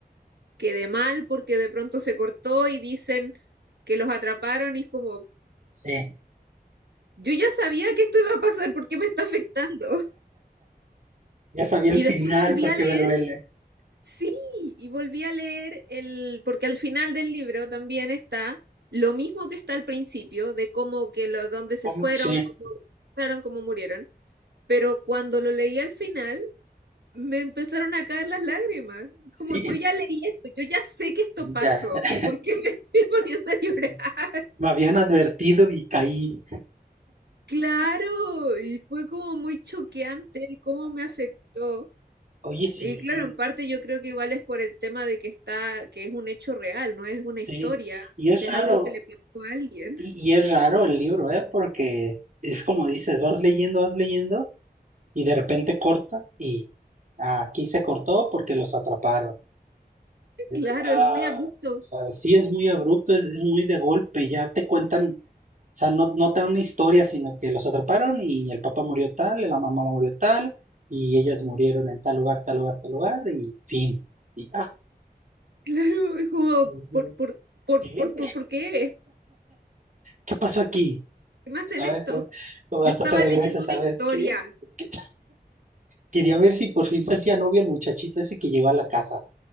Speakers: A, on the right; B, on the right.
A: quedé mal porque de pronto se cortó y dicen que los atraparon y es como,
B: sí.
A: yo ya sabía que esto iba a pasar, ¿por qué me está afectando?
B: Ya sabía
A: Y
B: el final
A: después volví
B: porque
A: a leer,
B: me duele.
A: sí, y volví a leer el, porque al final del libro también está lo mismo que está al principio, de cómo que lo, dónde se
B: ¿Cómo?
A: fueron,
B: Sí,
A: cómo, cómo murieron, pero cuando lo leí al final me empezaron a caer las lágrimas.
B: sí,
A: Como yo ya leí esto, yo ya sé que esto pasó.
B: ya. <laughs>
A: ¿Por qué me <laughs> estoy poniendo a llorar?
B: Este, me habían advertido y caí.
A: Claro, y fue como muy choqueante el cómo me afectó.
B: Oye, sí,
A: Y claro,
B: y-
A: en parte yo creo que igual es por el tema de que está, que es un hecho real, no es una
B: sí.
A: historia,
B: Y
A: o
B: es
A: sea,
B: raro,
A: es algo que le pasó a alguien.
B: y,
A: <laughs>
B: y es raro el libro, ¿eh? Porque es como dices, vas leyendo, vas leyendo, y de repente corta, y aquí se cortó porque los atraparon. Es-
A: Claro,
B: ah,
A: es muy abrupto.
B: ah, sí, es muy abrupto, es, es muy de golpe, ya te cuentan, o sea, no, no te dan una historia, sino que los atraparon y el papá murió tal, la mamá murió tal, y ellas murieron en tal lugar, tal lugar, tal lugar, y fin. Y, ah,
A: Claro, es como,
B: Mm,
A: ¿por, por, por,
B: ¿Qué?
A: por, por, por qué?
B: ¿Qué pasó aquí?
A: ¿Qué me hacen
B: A
A: esto?
B: ver, pues, no,
A: Yo
B: hasta
A: estaba
B: te regresas
A: leyendo una
B: a
A: historia.
B: ver qué. ¿Qué? Quería ver si por fin se hacía novio el muchachito ese que llegó a la casa.